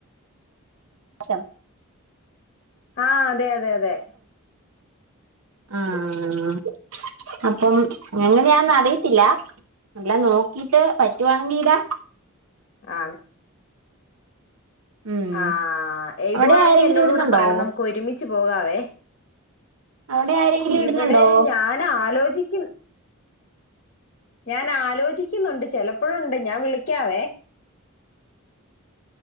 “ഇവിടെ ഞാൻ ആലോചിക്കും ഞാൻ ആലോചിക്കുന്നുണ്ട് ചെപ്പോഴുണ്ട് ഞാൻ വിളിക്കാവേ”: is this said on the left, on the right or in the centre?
Left